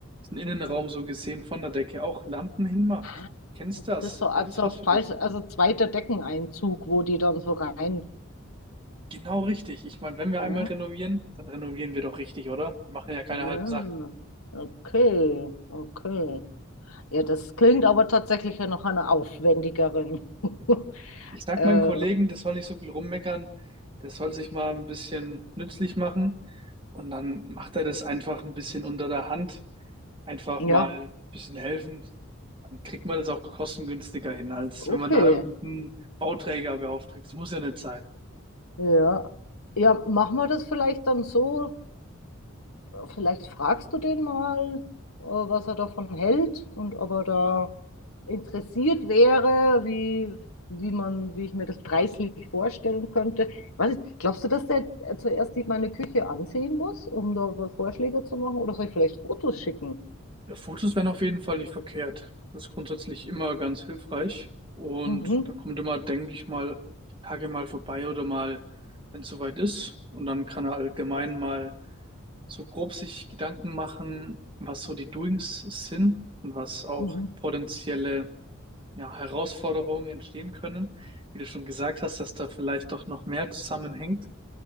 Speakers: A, on the right (about 25°); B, on the left (about 85°).
A: den Innenraum so gesehen von der Decke auch Lampen hinmacht?
B: Ah,
A: Kennst
B: Das
A: du das?
B: ist so als
A: Wäre das
B: so
A: was für
B: falsch,
A: dich?
B: also zweiter Deckeneinzug, wo die dann so rein.
A: Genau richtig. Ich meine, wenn wir
B: Ja,
A: einmal renovieren, dann renovieren wir doch richtig, oder? Wir machen ja keine
B: ja.
A: halben Sachen.
B: Okay, okay. Ja, das klingt aber tatsächlich ja nach einer aufwendigeren. <laughs>
A: Ich sag
B: äh,
A: meinen Kollegen, das soll nicht so viel rummeckern, das soll sich mal ein bisschen nützlich machen und dann macht er das einfach ein bisschen unter der Hand, einfach
B: ja,
A: mal ein bisschen helfen. Dann kriegt man das auch kostengünstiger hin, als
B: okay.
A: wenn man da irgendeinen Bauträger beauftragt. Das muss ja nicht sein.
B: Ja. Ja, machen wir das vielleicht dann so, Vielleicht fragst du den mal, äh, was er davon hält und ob er da interessiert wäre, wie, wie man, wie ich mir das preislich vorstellen könnte. Weiß nicht, glaubst du, dass der äh, zuerst die, meine Küche ansehen muss, um da was Vorschläge zu machen? Oder soll ich vielleicht Fotos schicken?
A: Ja, Fotos wären auf jeden Fall nicht verkehrt. Das ist grundsätzlich immer ganz hilfreich. Und
B: Mhm,
A: dann kommt immer, denke ich mal, die Tage mal vorbei oder mal, wenn es soweit ist. Und dann kann er allgemein mal so grob sich Gedanken machen, was so die Doings sind und was auch
B: mhm,
A: potenzielle, ja, Herausforderungen entstehen können. Wie du schon gesagt hast, dass da vielleicht doch noch mehr zusammenhängt.